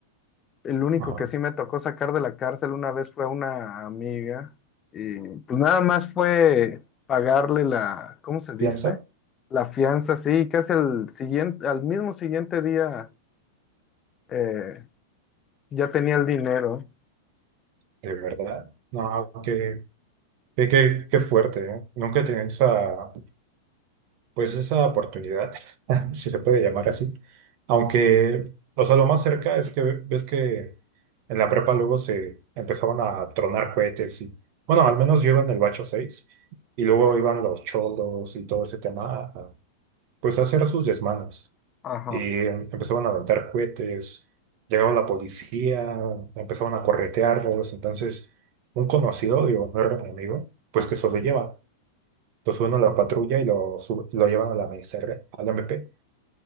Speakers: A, on the left; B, on the right.
A: El único
B: Ajá.
A: que sí me tocó sacar de la cárcel una vez fue a una amiga y pues nada más fue pagarle la, ¿cómo se dice?
B: Piensa,
A: La fianza, sí, y casi al siguiente, al mismo siguiente día eh, ya tenía el dinero.
B: de verdad. No, qué, qué, qué, qué fuerte, ¿eh? Nunca tenía esa Pues esa oportunidad, <laughs> si se puede llamar así. Aunque, o sea, lo más cerca es que ves que en la prepa luego se empezaban a tronar cohetes y, bueno, al menos yo iba en el bacho 6 y luego iban los cholos y todo ese tema, a, pues a pues, hacer sus desmanes.
A: Ajá.
B: Y em- empezaban a aventar cohetes, llegaba la policía, empezaban a corretearlos. Entonces, un conocido, digo, no era mi amigo, pues que sobrelleva. Lo suben a la patrulla y lo, sub- lo llevan a la MSR, al MP.